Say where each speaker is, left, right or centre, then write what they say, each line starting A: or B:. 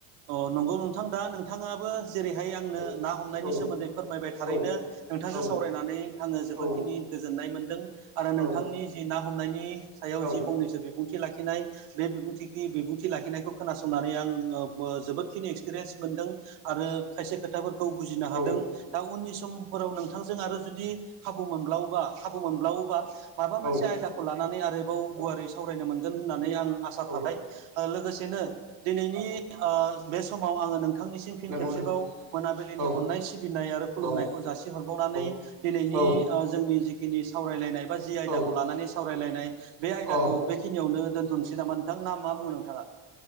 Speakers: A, on the right; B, on the right.
A: अ नंगौ नों थां दा नोंथाङाबो जेरैहाय आंनो
B: औ
A: ना हमनायनि
B: औ
A: सोमोन्दै फोरमायबाय थारैनो
B: औ
A: नोंथांजों
B: औ
A: सावरायनानै आङो जोबोरखिनि
B: औ
A: गोजोननाय मोनदों आरो
B: औ
A: नोंथांनि जि ना हमनायनि सायाव
B: औ
A: जि फंनैसो बि बुंथि लाखिनाय बे बिबुंथिखि बिबुंथि लाखिनायखौ खोनासंनानै आं ओ ओ जोबोदखिनि एक्सपिरिनस मोनदों आरो खायसे खोथाफोरखौ बुजिनो हादों
B: औ
A: दा उननि समफोराव नों थांजों आरो जुदि खाबु मोनब्लावोबा खाबु मोनब्लावोबा माबा
B: औ
A: मोनसे आयदाखौ लानानै आरोबाव गुवारै सावरायनो मोनगोन होननानै आं आसा
B: औ
A: थाबाय। ओ लोगोसेनो दिनैनि ओ बे समाव आङो नों थांनिसिम फिन
B: नंगौ
A: खेबसेबाव
B: नों
A: मोनाबिलिनि
B: औ
A: अननाय सिबिनाय आरो खुलुमनायखौ
B: औ
A: जासिहरबावनानै
B: औ
A: दि नैनि
B: औ
A: ओ जोंनि जिखिनि सावरायलायनाय बा जि आयदाखौ
B: औ
A: लानानै सावरायलायनाय बे आयदाखौ
B: औ
A: बेखिनियावनो दोनथ'नोसै नामा नोंथां? ना मा बुङो नोंथाङा?